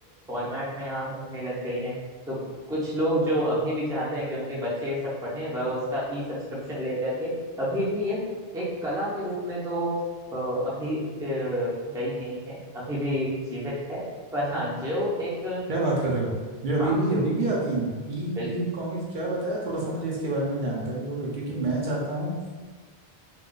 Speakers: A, in the centre; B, on the right (about 55°).
A: फॉर्मेट में आने लग गई हैं तो कुछ लोग जो अभी भी चाहते हैं कि उनके बच्चे ये सब पढ़ें वह उसका ई सब्सक्रिप्शन लेकर के अभी भी यह एक कला के रूप में तो अ, अभी अ, गई नहीं है अभी भी जीवित है पर हाँ जो एक
B: क्या बात कर रहे हो ये अभी
A: हाँ
B: भी अभी भी आती हैं ई
A: बिल्कुल
B: ई कॉमिक्स क्या बताया थोड़ा सा मुझे इसके बारे में जानकारी दोगे क्योंकि मैं चाहता हूँ